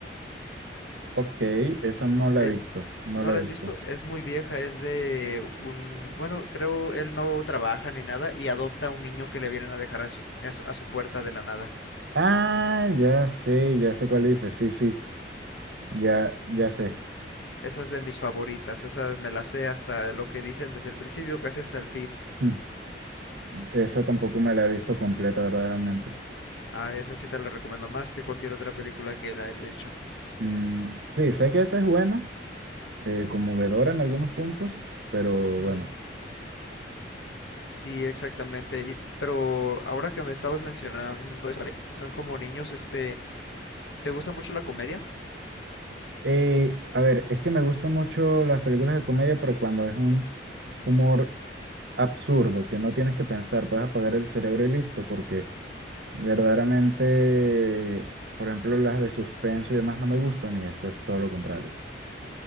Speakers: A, on the right; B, on the left.
A: Ok, esa no la
B: Es,
A: he visto, no
B: ¿no
A: la
B: la
A: he
B: has
A: visto.
B: visto? Es muy vieja, es de un, bueno, creo él no trabaja ni nada y adopta a un niño que le vienen a dejar a su, a su a su puerta de la nada.
A: Ah, ya sé, ya sé cuál dice, sí, sí, ya, ya sé.
B: Esa es de mis favoritas, esa me la sé hasta lo que dicen desde el principio, casi hasta el fin.
A: Mm, Esa tampoco me la he visto completa verdaderamente.
B: Ah, esa sí te la recomiendo más que cualquier otra película que la he hecho.
A: Mm, sí, sé que esa es buena, eh, conmovedora en algunos puntos, pero
B: Ujú.
A: bueno.
B: Sí, exactamente. Y, pero ahora que me estabas mencionando, esa de- son como niños, este, ¿te gusta mucho la comedia?
A: Eh, a ver, es que me gustan mucho las películas de comedia, pero cuando es un humor absurdo, que no tienes que pensar, puedes apagar el cerebro y listo, porque verdaderamente, por ejemplo, las de suspenso y demás no me gustan y eso es todo lo contrario.